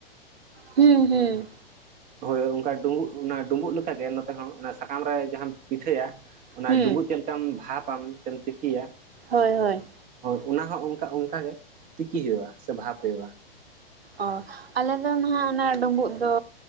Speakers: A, on the right; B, on the right.
A: ᱦᱩᱸ ᱦᱩᱸ᱾
B: ᱦᱳᱭ ᱚᱱᱠᱟ ᱰᱩᱸᱵᱩᱜ ᱚᱱᱟ ᱰᱩᱸᱵᱩᱜ ᱞᱮᱠᱟᱜᱮ ᱱᱚᱛᱮ ᱦᱚᱸ ᱚᱱᱟ ᱥᱟᱠᱟᱢ ᱨᱮ ᱡᱟᱦᱟᱸᱢ ᱯᱤᱴᱷᱟᱹᱭᱟ, ᱚᱱᱟ
A: ᱦᱩᱸ
B: ᱰᱩᱢᱵᱩᱜ ᱪᱮᱫ ᱞᱮᱠᱟᱢ ᱵᱷᱟᱯᱟᱢ ᱥᱮᱢ ᱛᱤᱠᱤᱭᱟ
A: ᱦᱳᱭ ᱦᱳᱭ᱾
B: ᱦᱳᱭ ᱚᱱᱟ ᱦᱚᱸ ᱚᱱᱠᱟ ᱚᱱᱠᱟ ᱜᱮ ᱛᱤᱠᱤ ᱦᱩᱭᱩᱜᱼᱟ ᱥᱮ ᱵᱷᱟᱵᱽ ᱦᱩᱭᱩᱜᱼᱟ᱾
A: ᱚ ᱟᱞᱮ ᱫᱚ ᱱᱟᱦᱟᱸᱜ ᱚᱱᱟ ᱰᱩᱢᱵᱩᱜ ᱫᱚ